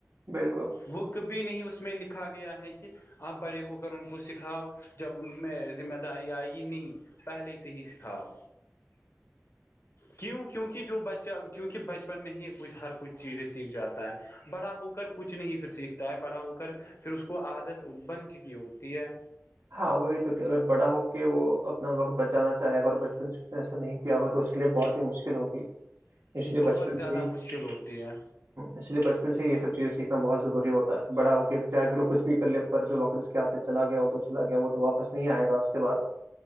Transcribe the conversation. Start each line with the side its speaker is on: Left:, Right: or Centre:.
Right: بالکل
Left: وہ کبھی نہیں اس میں لکھا گیا ہے کہ آپ بڑے ہو کر ان کو سکھاؤ جب ان میں ذمہ داری آئے گی نہیں پہلے ہی سے ہی سکھاؤ کیوں کیونکہ جو بچہ کیونکہ بچپن میں ہی کچھ ہر کچھ چیزیں سیکھ جاتا ہے بڑا ہو کر کچھ نہیں پھر سیکھتا ہے بڑا ہو کر پھر اس کو عادت بن چکی ہوتی ہے
Right: ہاں وہی تو کہ اگر بڑا ہو کے وہ اپنا وقت بچانا چاہے گا اور بچپن سے اس نے ایسا نہیں کیا ہوگا تو اس کے لیے بہت ہی مشکل ہوگی اس لیے
Left: بہت
Right: بچپن
Left: زیادہ
Right: سے ہی
Left: مشکل
Right: ہ
Left: ہوتی ہے
Right: اس لیے بچپن سے یہ سب چیزیں سیکھنا بہت ضروریتا بڑا ہو کے چاہے پھر وہ کچ بھی کر لے پر جو وقت اس کے ہاتھ سے چلا گیا ہو تو چلا گیا وہ تو واپس نہیں آئے گا اس کے بعد